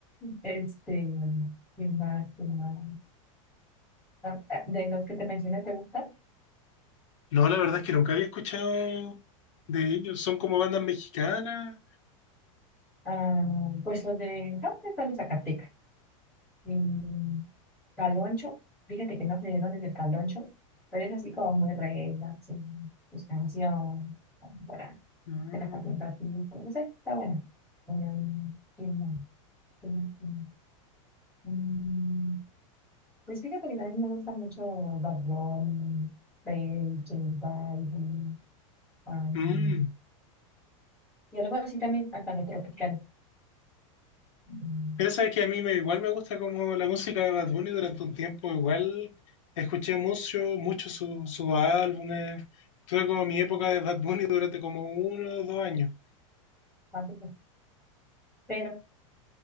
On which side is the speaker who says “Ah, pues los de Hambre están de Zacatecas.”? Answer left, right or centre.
Centre